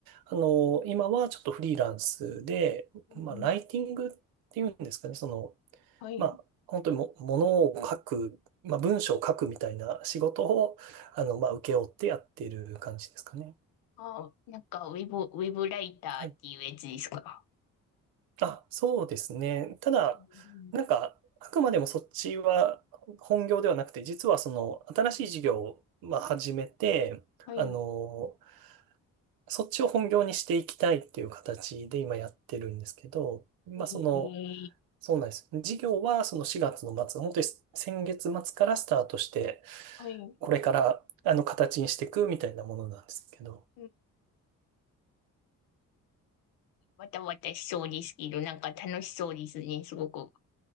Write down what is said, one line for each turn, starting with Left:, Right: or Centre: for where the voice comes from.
Right: あの、今はちょっとフリーランスで、
Left: うん。
Right: まあ、ライティングっていうんですかね、その、
Left: はい。
Right: まあ、本当にも、ものを書く、まあ、文章を書くみたいな仕事を、あの、まあ、請け負ってやってる感じですかね。
Left: あ、なんか、ウェブ、ウェブライターっていうやつですか。
Right: はいあ、そうですね。ただ、
Left: うん
Right: なんか、あくまでもそっちは本業ではなくて、実はその新しい事業をまあ始めて、
Left: はい。はい。
Right: あの、そっちを本業にしていきたいっていう形で今やってるんですけど、まあその、
Left: えー、
Right: そうなんです。事業はその4月の末、本当に先月末からスタートして、
Left: はい。
Right: これからあの形にしていくみたいなものなんですけど、
Left: うんわたわたしそうですけど、なんか楽しそうですね、すごく。